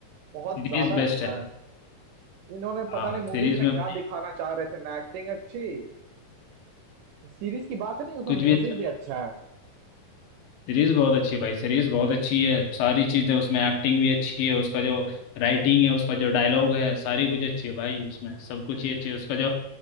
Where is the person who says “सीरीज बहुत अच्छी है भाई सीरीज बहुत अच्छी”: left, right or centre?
Left